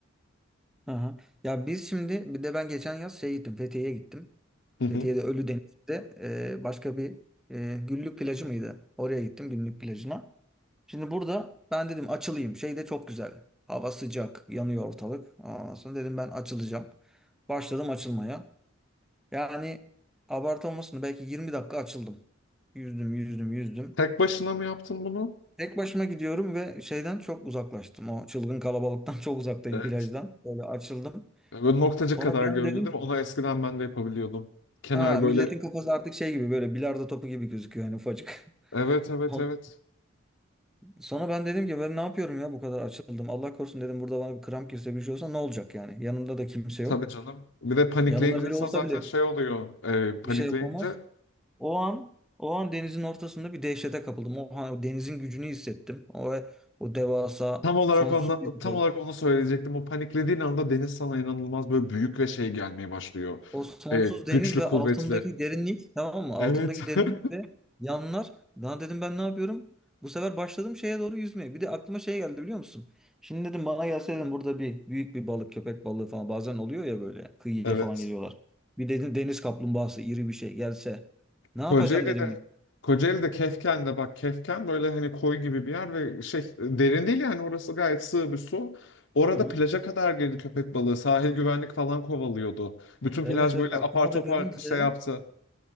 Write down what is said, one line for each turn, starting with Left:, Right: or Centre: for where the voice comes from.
Centre: Aha. Ya biz şimdi bir de ben geçen yaz şey gittim Fethiye'ye gittim.
Left: Hı hı.
Centre: Fethiye'de Ölüdeniz'de e, başka bir e, Güllük plajı mıydı? Oraya gittim Güllük plajına. Şimdi burada ben dedim açılayım. Şey de çok güzel. Hava sıcak, yanıyor ortalık. Ondan sonra dedim ben açılacağım. Başladım açılmaya. Yani abartı olmasın da belki 20 dakika açıldım. Yüzdüm, yüzdüm, yüzdüm.
Left: Tek başına mı yaptın bunu?
Centre: Tek başıma gidiyorum ve şeyden çok uzaklaştım. O çılgın kalabalıktan <laughs> çok uzaktayım
Left: Evet.
Centre: plajdan. Böyle açıldım.
Left: Böyle noktacı
Centre: Sonra
Left: kadar
Centre: bir
Left: göründü
Centre: an dedim
Left: değil
Centre: ki
Left: mi? Onu eskiden ben de yapabiliyordum. Kenar
Centre: ha milletin
Left: böyle.
Centre: kafası artık şey gibi böyle bilardo topu gibi gözüküyor yani ufacık.
Left: Evet
Centre: <laughs>
Left: evet
Centre: On-
Left: evet.
Centre: Sonra ben dedim ki ben ne yapıyorum ya bu kadar açıldım. Allah korusun dedim burada bana bir kramp girse bir şey olsa ne olacak yani. Yanımda da kimse
Left: Tabii
Centre: yok.
Left: canım. Bir de panikleyince
Centre: Yanımda biri
Left: insan
Centre: olsa
Left: zaten
Centre: bile
Left: şey oluyor. e, panikleyince.
Centre: bir şey yapamaz. O an o an denizin ortasında bir dehşete kapıldım. O, ha- denizin gücünü hissettim. O o devasa
Left: Tam olarak
Centre: sonsuz
Left: ondan,
Centre: bir
Left: tam
Centre: dev-
Left: olarak onu söyleyecektim. O paniklediğin anda deniz sana inanılmaz böyle büyük ve şey gelmeye başlıyor.
Centre: O sonsuz
Left: E,
Centre: deniz
Left: güçlü,
Centre: ve
Left: kuvvetli.
Centre: altındaki derinlik tamam mı? Altındaki
Left: Evet.
Centre: derinlik
Left: <laughs>
Centre: ve yanlar. Daha dedim ben ne yapıyorum? Bu sefer başladım şeye doğru yüzmeye. Bir de aklıma şey geldi biliyor musun? Şimdi dedim bana gelse dedim burada bir büyük bir balık, köpek balığı falan bazen oluyor ya böyle kıyıya
Left: Evet.
Centre: falan geliyorlar. Bir dedim deniz kaplumbağası iri bir şey gelse ne yapacağım
Left: Kocaeli'de
Centre: dedim.
Left: Kocaeli'de Kefken'de bak Kefken böyle hani koy gibi bir yer ve şey derin değil yani orası gayet sığ bir su. Orada
Centre: Hı hı.
Left: plaja kadar girdi köpek balığı. Sahil güvenlik falan kovalıyordu. Bütün
Centre: Evet
Left: plaj
Centre: evet
Left: böyle
Centre: aklıma
Left: apar topar
Centre: da gelince
Left: şey yaptı.